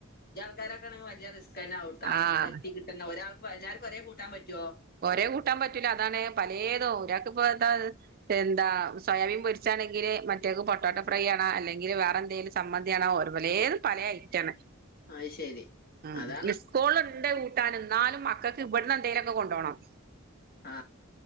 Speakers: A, on the left (about 45°); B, on the right (about 45°).
A: ഞ്ചാരാക്കാണേ വല്ല്യ റിസ്ക്കെന്നാവുട്ട
B: ആഹ്
A: ആണ്ടെ എത്തികിട്ടന്നെ ഒരാൾക്ക് എല്ലാര്ക്കും ഒരേ കൂട്ടാം പറ്റോ
B: ഒരേ കൂട്ടാം പറ്റൂല അതാണ് പലേതും ഒരാക്ക് ഇപ്പൊ എന്താ. എന്താ സോയാബീൻ പൊര്ച്ചാണെങ്കില് മറ്റേ ആക്ക് പൊട്ടാട്ടൊ ഫ്രൈ ആണ് അല്ലെങ്കില് വേറെ എന്തേല് ചമ്മന്തി ആണ് ഓര് പലേതും പലേ ഐറ്റാണ്.
A: അത് ശരി
B: ഉം
A: അതാണ്
B: ഇസ്കൂൾള് ഇണ്ട് കൂട്ടാന് ന്നാലും മക്കക്ക് ഇവട്ന്ന് എന്തേലൊക്കെ കോ കാണാം
A: ആ